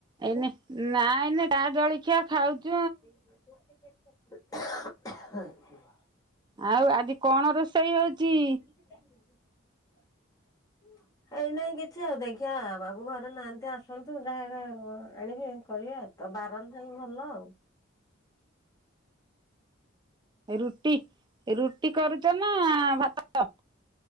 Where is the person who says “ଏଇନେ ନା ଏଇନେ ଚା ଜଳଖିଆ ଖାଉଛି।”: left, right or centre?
Right